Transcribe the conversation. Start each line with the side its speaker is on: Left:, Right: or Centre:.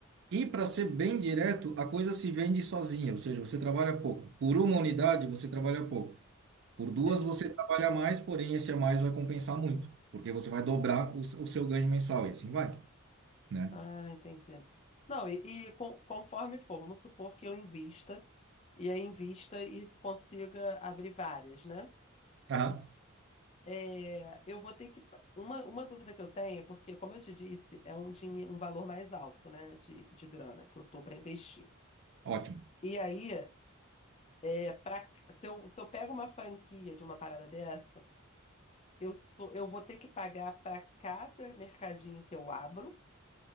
Right: E para ser bem direto, a coisa se vende sozinha, ou seja, você trabalha pouco. Por uma unidade, você trabalha pouco. Por duas,
Left: entendi.
Right: você trabalha mais, porém esse a mais vai compensar muito, porque você vai dobrar o, s- o seu ganho mensal e assim vai, né?
Left: Ah, entendi. Não, e, e con- conforme for, vamos supor que eu invista e aí invista e consiga abrir várias, né?
Right: Aham,
Left: É, eu vou ter que. Uma, uma dúvida que eu tenho, é porque, como eu te disse, é um, dinhe- um valor mais alto, né, de, de grana que eu tô para investir.
Right: ótimo.
Left: E aí, é pra, se eu, se eu pego uma franquia de uma parada dessa, eu sou, eu vou ter que pagar para cada mercadinho que eu abro